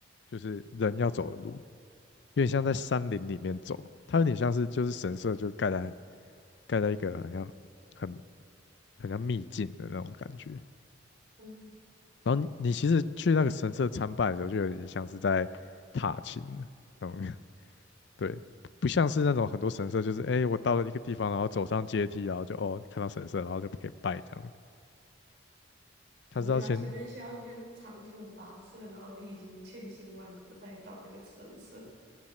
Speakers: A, on the left; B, on the right.
A: 就是人要走的路，有点像在山林里面走，它有点像是就是神社就盖在盖在一个很像很很像秘境的那种感觉。
B: 嗯
A: 然后你你其实去那个神社参拜的时候，就有点像是在踏青的那种，<laughs> 对，不像是那种很多神社就是，哎，我到了一个地方，然后走上阶梯，然后就哦看到神社，然后就可以拜这样。他是要先
B: 哦，你还要前面先要先长途跋涉，然后历经千辛万苦才到那个神社。